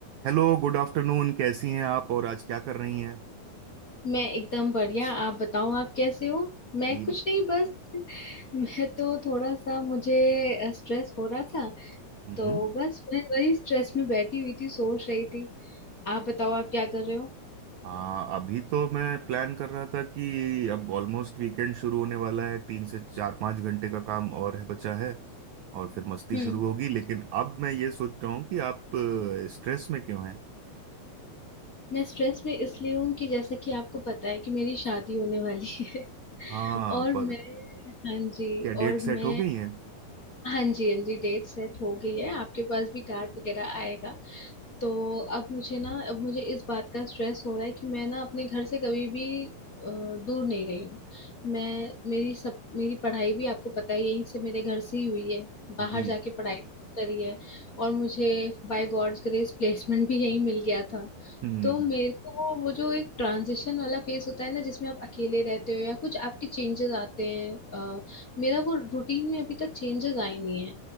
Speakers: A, on the right; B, on the left.
A: Hello good afternoon कैसी हैं आप और आज क्या कर रही हैं
B: मैं एकदम बढ़िया आप बताओ आप कैसे हो मैं
A: ये
B: कुछ नहीं बस मैं तो थोड़ा सा मुझे स्ट्रेस हो रहा था
A: हम्म
B: तो बस मैं वही स्ट्रेस में बैठी हुई थी सोच रही थी आप बताओ आप क्या कर रहे हो
A: हाँ अभी तो मैं प्लान कर रहा था कि अब ऑलमोस्ट वीकेंड शुरू होने वाला है तीन से चार पाँच घंटे का काम और है बचा है और फिर मस्ती
B: हम्म
A: शुरू होगी लेकिन अब मैं ये सोच रहा हूँ कि आप स्ट्रेस में क्यों हैं
B: मैं स्ट्रेस में इसलिए हूँ कि जैसा कि आपको पता है कि मेरी शादी होने वाली है <laughs>
A: हाँ
B: और मैं
A: पर
B: हाँ जी
A: क्या डेट
B: और
A: सेट
B: मैं
A: हो गई है
B: हाँ जी हाँ जी डेट सेट हो गई है आपके पास भी कार्ड वगैरह आएगा तो अब मुझे ना अब मुझे इस बात का स्ट्रेस हो रहा है कि मैं ना अपने घर से कभी भी अ, दूर नहीं रही हूँ मैं मेरी सब मेरी पढ़ाई भी आपको पता है यहीं से मेरे घर से ही हुई है बाहर
A: जी
B: जाके पढ़ाई करी है और मुझे बाय गॉड्स ग्रेस प्लेसमेंट भी यहीं मिल गया था
A: हम्म
B: तो मेरे को वो वो जो एक ट्रांजिशन वाला फेस होता है ना जिसमें आप अकेले रहते हो या कुछ आपके चेंजेस आते हैं अ, मेरा वो रूटीन में अभी तक चेंजेस आए नहीं